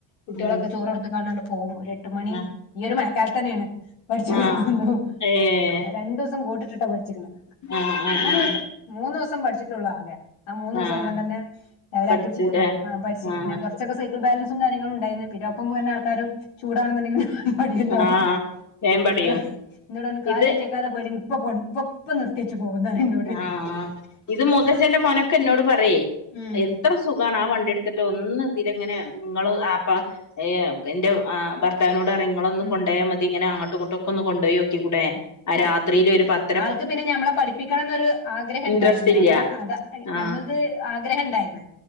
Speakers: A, on the left; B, on the left.
A: കുട്ട്യാളൊക്കെ
B: ഉം
A: ചോറൊട്ത്ത് കാണ്ടാണ്ട് പോകും. ഒരു എട്ട് മണി
B: ആഹ്
A: ഈ ഒരു മഴക്കാലത്തെന്നേണ്. പഠ്ച്ചൂ <unintelligible>
B: ആഹ് ഏഹ്
A: രണ്ടൂസം കോട്ട്ട്ട് ട്ടാ പഠ്ച്ച്ക്ക്ണ്.
B: ആഹ് ആഹ്
A: മൂന്നൂസം
B: ആഹ്
A: മൂന്നൂസം പഠ്ച്ച്ട്ടൊള്ളാകെ. ആ മൂന്നുസം
B: ആഹ്
A: കൊണ്ടെന്നെ ലെവലാക്കി
B: പഠിച്ചുല്ലേ
A: പോന്ന്, ആഹ് പഠ്ച്ച്.
B: ആഹ്
A: പിന്നെ കൊർച്ചൊക്കെ സൈക്കിൾ ബാലൻസും കാര്യങ്ങളും ണ്ടായ്ന്ന്. പിന്നെ ഒപ്പം പോര്നെ ആൾക്കാരും ചൂടാണെന്നുണ്ടെങ്കി മടിയല്ലോ.
B: ആഹ് വേം പഠിയും
A: ഇന്നോ ഇന്നോടർഞ്ഞ് കാല്
B: ഇത്
A: കേറ്റ്യെക്കാതെ പോര്, ഇപ്പൊ പോണ് ഇപ്പൊ ഇപ്പം നിർത്ത്യെച്ചു പോവുന്നറീണ്ട്.
B: ആഹ്. ഇത് മൂത്തച്ചൻ്റെ മോനൊക്ക ഇന്നോട് പറയേയ്
A: ഉം,
B: എത്ര സുഖാണ് ആ വണ്ട്യെട്ത്ത്ട്ട് ഒന്ന്തിലെങ്ങനെ ഇങ്ങള് ആപ്പ ഏ എന്റെ ആ ഭർ ത്താവ്നോടറിം ഇങ്ങളൊന്ന്
A: ഉം,
B: കൊണ്ടോയാ മതി. ഇങ്ങനെ അങ്ങട്ടു ഇങ്ങട്ടൊക്കൊന്ന് കൊണ്ടോയോക്കിക്കൂടെ.
A: ഉം.
B: ആ രാത്രീല് ഒരു പ-
A: ആൾക്ക് പിന്നെ ഞമ്മളെ പഠിപ്പിക്കണംന്നൊര് ആഗ്രഹണ്ടായിര്ന്ന്.
B: ഇൻട്രസ്റ്റ് ഇല്ല
A: അതോ അത്
B: ആഹ്
A: ഞമ്മൾത് ആഗ്രഹണ്ടായ്ര്ന്ന്.